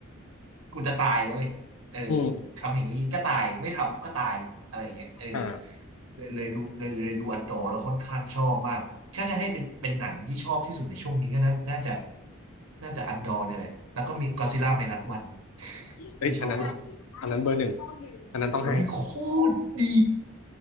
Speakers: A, on the right (about 75°); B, on the left (about 75°).
A: กูจะตายแล้วเว้ยเออ
B: อืม
A: ทำอย่างนี้ก็ตาย ไม่ทำก็ตาย อะไรอย่างเงี้ยเออ
B: อ่า
A: เลยเลยดูเลยเลยดูอันดอร์แล้วค่อนข้างชอบมากถ้าจะให้เป็นเป็นหนังที่ชอบที่สุดในช่วงนี้ก็น่าน่าจะน่าจะอันดอร์เนี่ยแหละแล้วก็มีก็ซิล่าไมนัสวัน
B: เอ้ยอันนั้น
A: ที่ชอบมาก
B: อันนั้นเบอร์หนึ่งอันนั้นต้องให้
A: โอ้ยโคตรดี